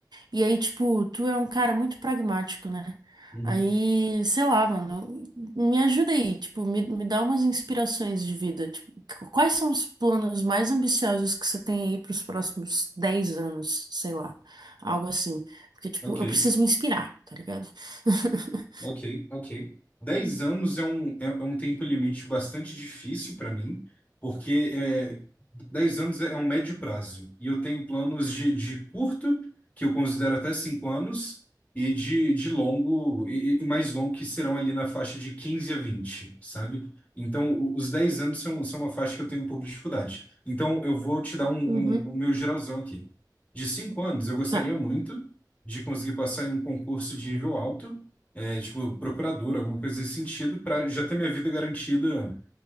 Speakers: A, on the right; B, on the left.
A: E aí, tipo, tu é um cara muito pragmático, né?
B: uhum.
A: Aí, sei lá, mano, me ajuda aí, tipo, me, me dá umas inspirações de vida. Tipo, qu- quais são os planos mais ambiciosos que você tem aí pros próximos 10 anos, sei lá, algo assim. Porque, tipo,
B: Ok.
A: eu preciso me inspirar, tá ligado? <laughs>
B: Ok, ok. Dez anos é um, é, é um tempo limite bastante difícil para mim, porque é, dez anos é um médio prazo. E eu tenho planos de, de curto, que eu considero até cinco anos, e de, de longo, e, e mais longo, que serão ali na faixa de 15 a 20, sabe? Então, o- os dez anos são, são uma faixa que eu tenho um pouco de dificuldade. Então, eu vou te dar um, um-
A: Uhum.
B: o meu geralzão aqui. De cinco anos, eu gostaria
A: Tá.
B: muito de conseguir passar em um concurso de nível alto é, tipo, procurador, alguma coisa desse sentido, para já ter minha vida garantida